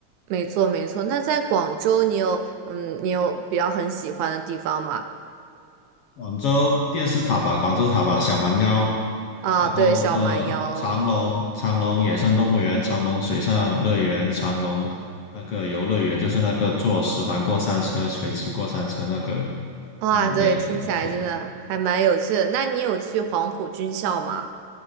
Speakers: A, on the right; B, on the left.
A: 没错没错。那在广州，你有嗯你有比较很喜欢的地方吗？
B: 广州电视塔吧，广州塔吧，小蛮腰，
A: 啊，
B: 然后呃长隆长隆野生动物园、
A: 对，小蛮腰，
B: 长隆水上乐园、长隆那个游乐园，就是那个坐十环过山车、垂直过山车那个，
A: 哇，
B: 嗯也也不错。
A: 对，听起来真的还蛮有趣的。那你有去黄埔军校吗？